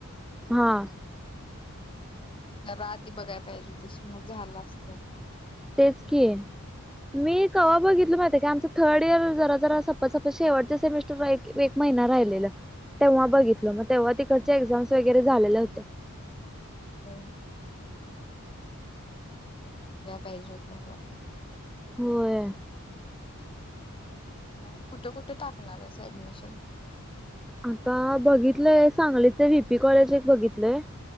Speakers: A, in the centre; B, on the left.
A: हां
B: आधी बघायला पाहिजे तस मग झाला असत
A: तेच कि मी कवा बघितलं माहिती की आमचं थर्ड इयर जरा जरा सप शेवट सेमिस्टरहि हाय ना राहिलेलं तेव्हा बघितलं तेव्हा तिकडचे एक्झाम झालेल्या होत्या
B: हम बघायला पाहिजे होत जरा
A: होय
B: मग कुठे कुठे टाकणारच ऍडमिशन
A: आता बघितलंय सांगलीच व्हीपी कॉलेज एक बघितलंय